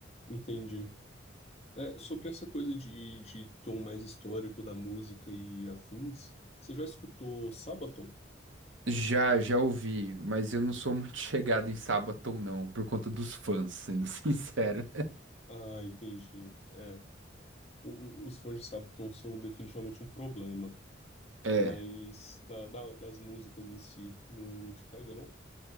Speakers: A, on the left (about 35°); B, on the right (about 85°).
A: entendi. É, sobre essa coisa de, de tom mais histórico da música e afins, você já escutou Sabaton?
B: Já, já ouvi, mas eu não sou muito <laughs> chegado em Sabaton, não, por conta dos fãs, sendo <laughs> sincero.
A: Ah, entendi. É, o- o- os fãs de Sabaton são definitivamente um problema,
B: É,
A: mas da, da- das músicas em si não, não te pega, não?